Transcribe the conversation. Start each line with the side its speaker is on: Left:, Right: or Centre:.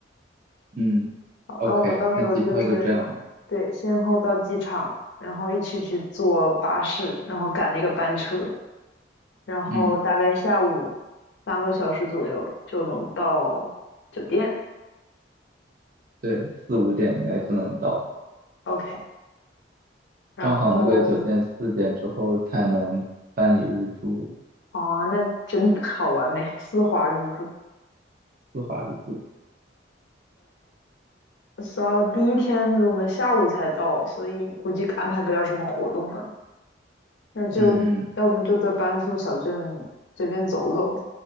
Right: 嗯，OK，
Left: 好，那我们到时候就是
Right: 那机票就这样。
Left: 对，先后到机场，然后一起去坐巴士，然后赶那个班车。然后大概下午
Right: 嗯，
Left: 三个小时左右就能到酒店。
Right: 对，四五点应该就能到，
Left: OK，然后
Right: 正好那个酒店四点之后才能办理入住，
Left: 啊，那真的好完美，丝滑入住。
Right: 丝滑入住。
Left: OK，so 第一天我们下午才到，所以估计安排不了什么活动了。那就要不就在班夫小镇随便走走，
Right: 嗯。